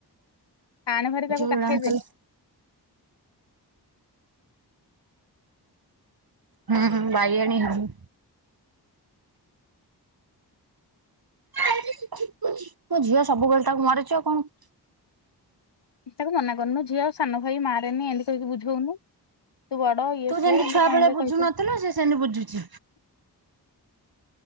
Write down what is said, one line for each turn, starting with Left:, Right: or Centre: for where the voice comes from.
Left: ଆଣେ ଭାରି ତାକୁ
Right: ଗୁଡାକ
Left: କାଖେଇ
Right: ଖାଲି
Left: ଦେ।
Right: ହୁଁ ହୁଁ ବାଇ ଆଣି ହେମି। ମୋ ଝିଅ ସବୁବେଳେ ତାକୁ ମରୁଛି ଆଉ କଣ?
Left: ତାକୁ ମନା କରୁନୁ ଝିଅ ସାନ ଭାଇ ମାରେନି ଏମତି କହିକି ବୁଝୋଉନୋହୁଁ। ତୁ ବଡ ଇଏ
Right: ତୁ
Left: ସିଏ
Right: ଯେମିତି
Left: ଏମିତି
Right: ଛୁଆ
Left: କଣ
Right: ବେଳେ
Left: ଗୁଡେ
Right: ବୁଝୁନଥିଲୁ
Left: କହିଦେ।
Right: ସେ ସେମିତି ବୁଝୁଛି।